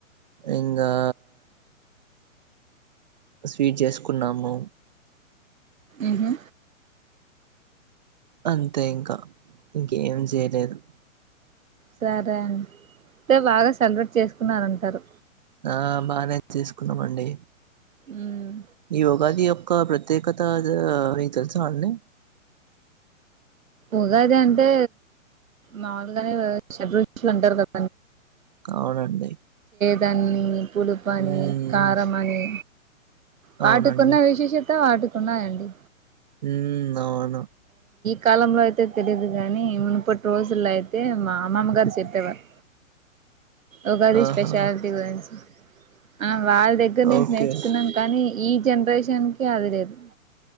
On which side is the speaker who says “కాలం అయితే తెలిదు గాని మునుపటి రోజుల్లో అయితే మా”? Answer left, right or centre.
Right